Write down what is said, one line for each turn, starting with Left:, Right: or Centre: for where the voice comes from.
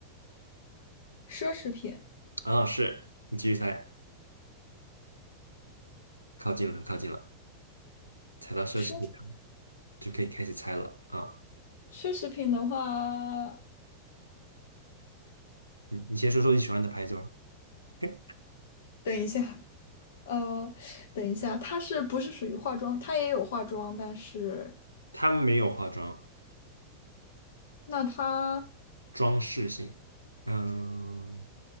Left: 奢侈品。
Right: 啊，是你继续猜，靠近了，很靠近了，猜到奢侈品。
Left: 奢。
Right: 就可以开始猜了啊。
Left: 奢侈品的话，
Right: 你你先说说你喜欢的牌子吧。OK
Left: 等一下，呃，等一下，它是不是属于化妆？它也有化妆，但是
Right: 它没有化妆，
Left: 那它
Right: 装饰性，嗯，